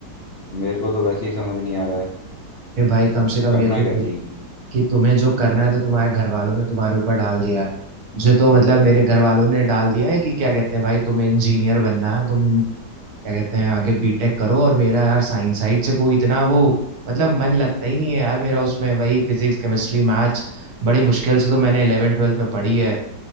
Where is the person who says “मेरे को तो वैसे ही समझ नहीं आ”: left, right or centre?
Left